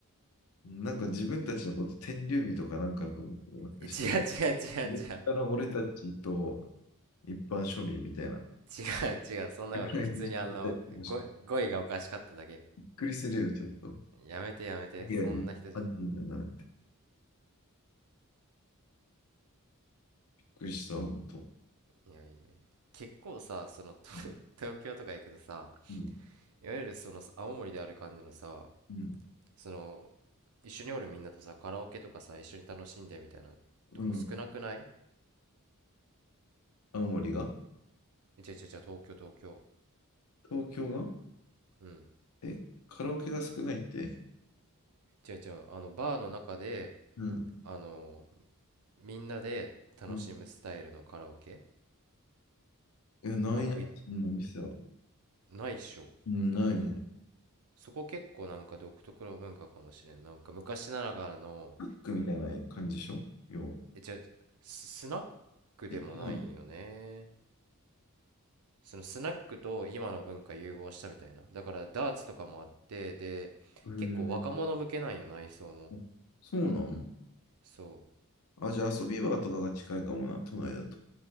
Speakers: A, on the left (about 80°); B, on the right (about 80°).
A: なんか自分たちのこと天竜日とかなんかあると思ってる、もしかして。
B: え違う違う違う違う。
A: 上から俺たちと一般庶民みたいな。
B: 違う違う、そんなことない。
A: サプライズショットタイプ、
B: 普通にあの、
A: もしかして。
B: 語語彙がおかしかっただけ。
A: びっくりするよ、ちょっと。
B: やめてやめて。
A: いやは一般人だなって。
B: そんな人じゃない。
A: びっくりした、ほんと。
B: いやいやいや。結構さ、その、と
A: う
B: <laughs> 東京とか行くとさ、
A: ん、
B: いわゆるその、青森である感じのさ、
A: うん、
B: その、一緒におるみんなとさ、カラオケとかさ、一緒に楽しんでみたいなとこ少なくない
A: うん。青森が
B: え違う違う違う、東京東京。
A: 東京が
B: うん
A: え、カラオケが少ないって
B: 違う違うあのバーの中で
A: うん、
B: あのみんなで楽しむスタイルのカラオケ
A: うん。いや、ないな、
B: あのい
A: そんな店は。
B: ないっしょ
A: うん、ないね。
B: そこ結構なんか独特の文化かもしれんなんか昔ながらの
A: ブックみたいな感じでしょ要は。
B: え違う違うススナックでもないよね
A: え、違うの
B: そのスナックと今の文化融合したみたいなだからダーツとかもあってで結構若者向けなんよ内装も
A: へえ。あそうなん
B: そ
A: あ、じゃあ遊び場とかが近いかもな、都内だと。